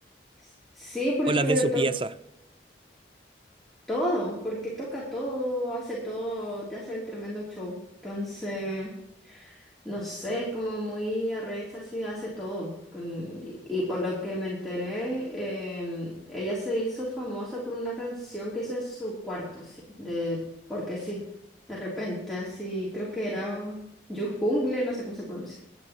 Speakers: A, in the centre; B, on the right.
A: s- sí, porque
B: ¿O las de su pieza?
A: todo, porque toca todo, hace todo, te hace el tremendo show. Entonces, no sé, es como muy arrecha, así hace todo. Con- y, y por lo que me enteré, em, ella se hizo famosa por una canción que hizo en su cuarto, así, de, porque sí, de repente, así, creo que era Yo Jungle, no sé cómo se pronuncia.